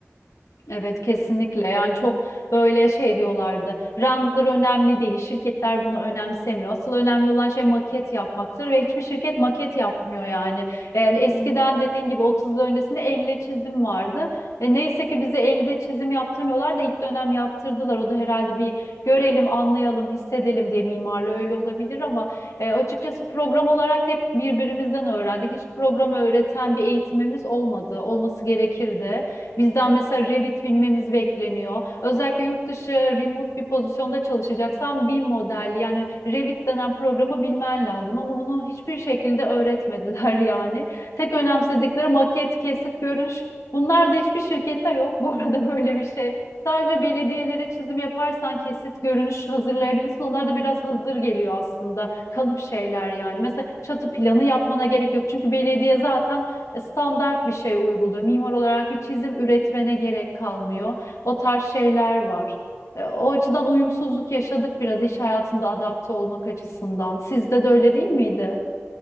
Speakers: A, on the left; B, on the right.
A: Evet kesinlikle yani çok böyle şey diyorlardı render önemli değil şirketler bunu önemsemiyor asıl önemli olan şey maket yapmaktır ve hiçbir şirket maket yapmıyor yani yani eskiden
B: Hı hı.
A: dediğin gibi 30 yıl öncesinde elle çizim vardı ve neyse ki bize elde çizim yaptırmıyorlar da ilk dönem yaptırdılar o da herhalde bir görelim anlayalım hissedelim diye mimarlı öyle olabilir ama e, açıkçası program olarak da hep birbirimizden öğrendik hiç program öğreten bir eğitimimiz olmadı olması gerekirdi Bizden mesela Revit bilmemiz bekleniyor. Özellikle yurt dışı remote bir pozisyonda çalışacaksan BIM modelli yani Revit denen programı bilmen lazım ama bunu hiçbir şekilde öğretmediler <laughs> yani. Tek önemsedikleri maket, kesit, görünüş. Bunlar da hiçbir şirkette yok bu arada böyle bir şey. Sadece belediyelere çizim yaparsan kesit görünüş hazırlayabilirsin. Onlar
B: Hı hı.
A: da biraz hazır geliyor aslında. Kalıp şeyler yani. Mesela çatı planı yapmana gerek yok. Çünkü belediye zaten e, standart bir şey uyguluyor. Mimar olarak bir çizim üretmene gerek kalmıyor. O tarz şeyler var. E, O açıdan uyumsuzluk yaşadık biraz iş hayatında adapte olmak açısından. Sizde de öyle değil miydi?